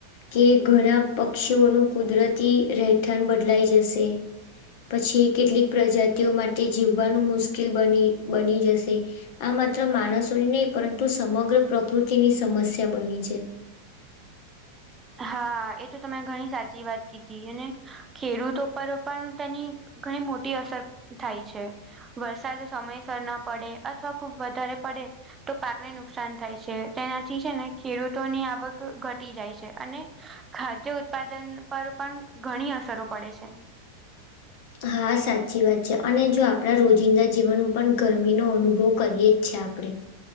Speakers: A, on the left (about 45°); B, on the right (about 20°).
A: કે ઘણા પક્ષીઓનું કુદરતી રહેઠાણ બદલાઈ જશે. પછી કેટલીક પ્રજાતિઓ માટે જીવવાનું મુશ્કિલ બની બની જશે. આ માત્ર માણસોની ની પરંતુ સમગ્ર પ્રકૃતિની સમસ્યા બની છે.
B: હા એ તો તમે ઘણી સાચી વાત કીધી અને ખેડૂતો પર પણ તેની ઘણી મોટી અસર થાય છે. વરસાદ સમયસર ન પડે અથવા ખુબ વધારે પડે તો પાકને નુકસાન થાય છે તેનાથી છે ને ખેડૂતોની આવક ઘટી જાય છે. અને ખાદ્ય ઉત્પાદન પર પણ ઘણી અસરો પડે છે.
A: હા સાચી વાત છે અને જો આપણા રોજિંદા જીવનમાં પણ ગરમીનો અનુભવ કરીએ છે આપડે